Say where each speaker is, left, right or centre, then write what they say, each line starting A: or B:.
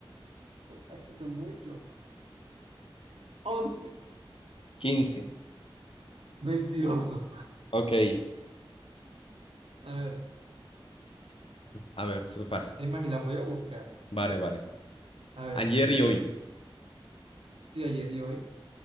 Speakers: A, on the right; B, on the left.
A: Es que son muchos. Once.
B: Quince.
A: Mentiroso.
B: Ok.
A: A ver,
B: A ver, eso es fácil.
A: es más, y la voy a buscar.
B: Vale, vale.
A: A ver,
B: Ayer y hoy.
A: sí, ayer y hoy.